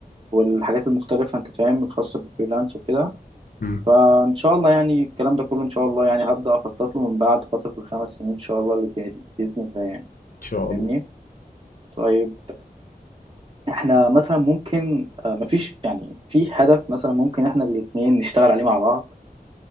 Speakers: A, on the right (about 35°); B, on the left (about 60°).
A: والحاجات المختلفه انت فاهم الخاصه بالفريلانس وكده
B: مم.
A: فان
B: ان
A: شاء الله يعني الكلام ده كله ان شاء الله يعني هبدا اخطط له من بعد فتره الخمس سنين ان شاء الله اللي جايه دي باذن الله يعني
B: شاء
A: فاهمني
B: الله
A: طيب احنا مثلا ممكن آه، مفيش يعني في هدف مثلا ممكن احنا الاتنين نشتغل عليه مع بعض